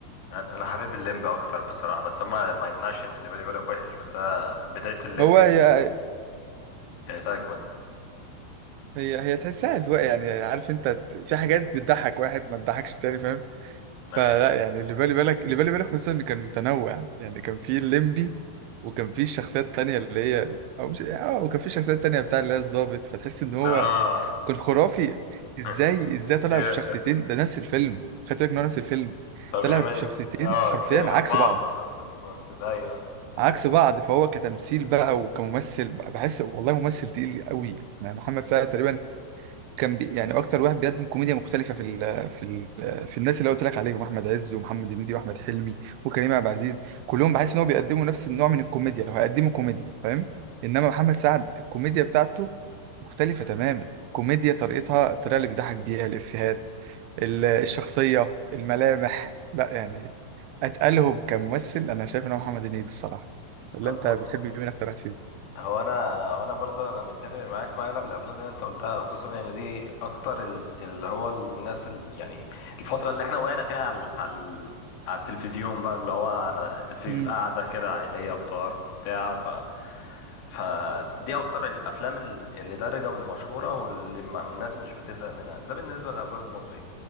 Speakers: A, on the left; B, on the right.
A: انا حابب الليمبي اكتر بصراحة بس ما ما يمنعش ان اللي بالي بالك وحش بس انا بداية الليمبي
B: هو هي
A: كانت كانت اجمد
B: هي هي تحسها أذواق يعني عارف انت ت- في حاجات بتضحك واحد ما تضحكش التاني فاهم فلا
A: ايوه
B: يعني اللي بالي بالك اللي بالي بالك خصوصا ان كان متنوع يعني كان في الليمبي وكان في الشخصيات تانية اللي هي او مش اه وكان في شخصيات تانية بتاع اللي هي الضابط فتحس ان هو
A: اه
B: كان خرافي ازاي
A: <laughs>
B: ازاي طلع
A: ي-
B: بشخصيتين ده نفس الفيلم خدت بالك ان هو نفس الفيلم
A: طب
B: طلع
A: يعمل
B: بشخصيتين
A: اه
B: حرفيا
A: اتنين غير
B: عكس
A: بعض
B: بعض
A: وانا نفس الممثل ايوه ناس
B: عكس بعض فهو كتمثيل بقى وكممثل بقى بحس والله ممثل تقيل قوي يعني محمد سعد تقريبا كان بي يعني اكتر واحد بيقدم كوميديا مختلفه في ال في ال في الناس اللي قلت لك عليهم احمد عز ومحمد هنيدي واحمد حلمي وكريم عبد العزيز كلهم بحس ان هو بيقدموا نفس النوع من الكوميديا لو هيقدموا كوميديا فاهم انما محمد سعد الكوميديا بتاعته مختلفه تماما كوميديا طريقتها الطريقه اللي بيضحك بيها الافيهات ال- الشخصيه الملامح لا يعني اتقلهم كممثل انا شايف ان هو محمد هنيدي الصراحه ولا
A: طب
B: انت بتحب مين اكتر واحد
A: هو انا هو انا برضه انا متفق معاك في اغلب الافلام اللي انت قلتها خصوصا يعني دي اكتر ال- اللي هو الناس ال- يعني الفتره اللي احنا وقعنا فيها على على على التلفزيون بقى اللي هو انا في
B: فيهم
A: في قعده كده عائليه افطار بتاع ف فدي اكتر الافلام ال- اللي دارجه واللي مشهوره واللي ما- الناس مش بتزهق منها ده بالنسبه للافلام المصري